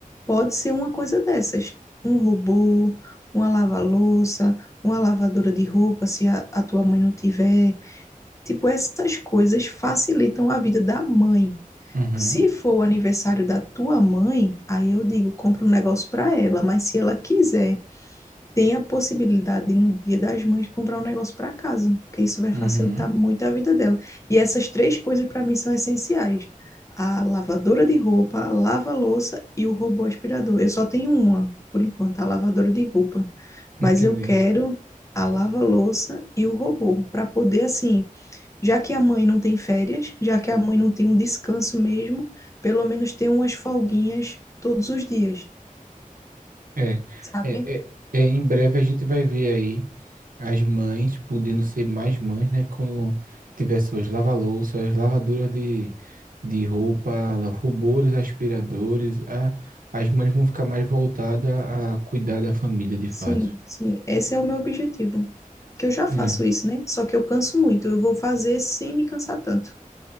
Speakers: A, on the left; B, on the right.
A: pode ser uma coisa dessas. Um robô, uma lava-louça, uma lavadora de roupa, se a, a tua mãe não tiver. Tipo, essas coisas facilitam a vida da mãe.
B: uhum,
A: Se for o aniversário da tua mãe, aí eu digo, compra um negócio para ela, mas se ela quiser tem a possibilidade de, no Dia das Mães, comprar um negócio para casa, porque isso vai facilitar
B: uhum,
A: muito a vida dela. E essas três coisas, para mim, são essenciais: a lavadora de roupa, a lava-louça e o robô aspirador. Eu só tenho uma, por enquanto, a lavadora de roupa.
B: entendi.
A: Mas eu quero a lava-louça e o robô, para poder, assim, já que a mãe não tem férias, já que a mãe não tem um descanso mesmo, pelo menos ter umas folguinhas todos os dias,
B: É,
A: sabe?
B: é, é, é, em breve a gente vai ver aí as mães podendo ser mais mães, né? Quando tiver suas lava-louças, lavadoras de, de roupa, robôs, aspiradores, a, as mães vão ficar mais voltadas a cuidar da família, de
A: Sim,
B: fato.
A: sim. Esse é o meu objetivo. Que eu já faço
B: É.
A: isso, né? Só que eu canso muito. Eu vou fazer sem me cansar tanto.